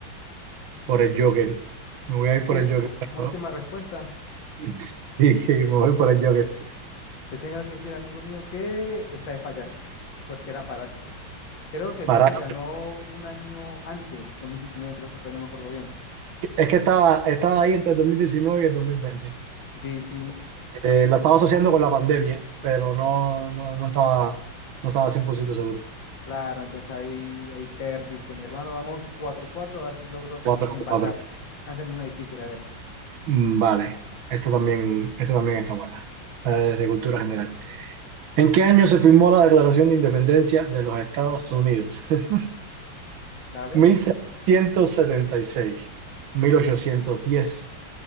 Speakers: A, on the right; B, on the left.
A: por el Joker. Me voy
B: Ulti-
A: a ir por el Joker. pero-
B: última respuesta.
A: <laughs> Sí, sí, me voy por el Joker.
B: Te tengo que decir, amigo mío, que esta vez fallaste, porque era Parásito. Creo que el
A: Para,
B: Joker ganó un año antes, 2019 creo que fue, no me acuerdo bien.
A: es que estaba, estaba ahí entre el 2019 y el 2020.
B: Sí, sí, no,
A: Eh, la estaba asociando con la pandemia, pero no, no, no estaba, no estaba 100% seguro.
B: claro, entonces ahí, ahí perdiste, mi hermano. Vamos cuatro cuatro a ver si logro
A: cuatro
B: desempatar.
A: 4.
B: Lánzame una difícil, a ver,
A: Vale, esto también, esto también está buena. Esta es cultura general. ¿En qué año se firmó la Declaración de Independencia de los Estados Unidos? <laughs>
B: dale.
A: 1776, 1810,